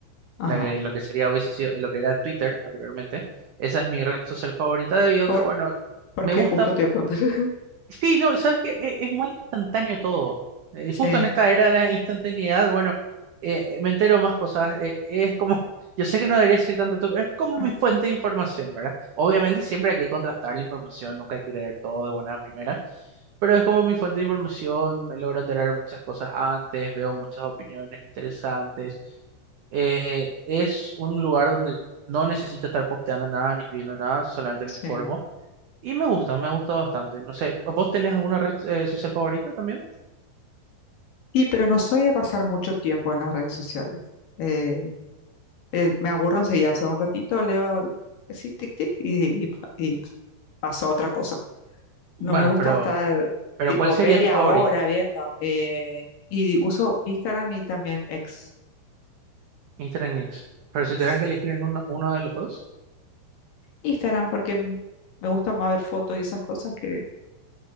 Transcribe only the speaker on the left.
ajá.
Por,
porque
justo te iba a preguntar. <laughs>
Sí,
ah,
sí.
Sí, pero no soy de pasar mucho tiempo en las redes sociales. Eh, eh, me aburro enseguida, hace un ratito leo así, tic, tic, y, y, y pasó a otra cosa.
No me gusta
estar
tipo
media
hora viendo. eh, y uso Instagram y también ex,
ex
Instagram porque m- me gusta más ver fotos y esas cosas que,